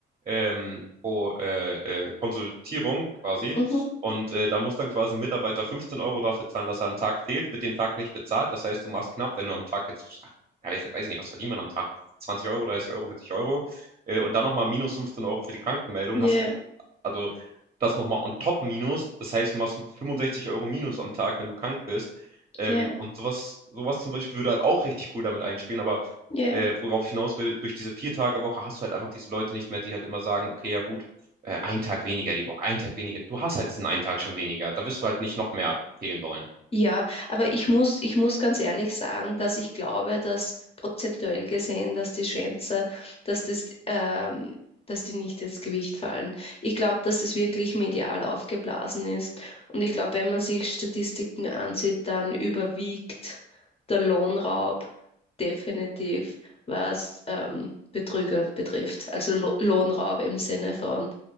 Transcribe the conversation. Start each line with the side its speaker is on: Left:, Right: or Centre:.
Right: ähm, pro äh, äh, Konsultierung quasi.
Left: mhm.
Right: Und äh, da muss dann quasi ein Mitarbeiter 15 Euro dafür zahlen, dass er einen Tag fehlt, wird den Tag nicht bezahlt. Das heißt, du machst knapp, wenn du am Tag jetzt, ach, ja, weiß, weiß ich nicht, was verdient man am Tag? 20 Euro, 30 Euro, 40 Euro äh, und dann nochmal minus 15 Euro für die Krankenmeldung,
Left: Ja,
Right: hast halt, also das nochmal on top minus, das heißt, du machst 65 Euro minus am Tag, wenn du krank bist. Ähm,
Left: ja,
Right: und sowas, sowas zum Beispiel würde halt auch richtig cool damit einspielen, aber
Left: ja.
Right: äh, worauf ich hinaus will, durch diese Vier-Tage-Woche hast du halt einfach diese Leute nicht mehr, die halt immer sagen, okay, ja gut, äh, einen Tag weniger die Woche, einen Tag weniger. Du hast halt diesen einen Tag schon weniger. Da wirst du halt nicht noch mehr fehlen wollen.
Left: Ja, aber ich muss, ich muss ganz ehrlich sagen, dass ich glaube, dass prozentuell gesehen, dass die Schwänze, dass das, ähm, dass die nicht ins Gewicht fallen. Ich glaube, dass das wirklich medial aufgeblasen ist. Und ich glaube, wenn man sich Statistiken ansieht, dann überwiegt der Lohnraub definitiv, was ähm, Betrüger betrifft. Also Lo Lohnraub im Sinne von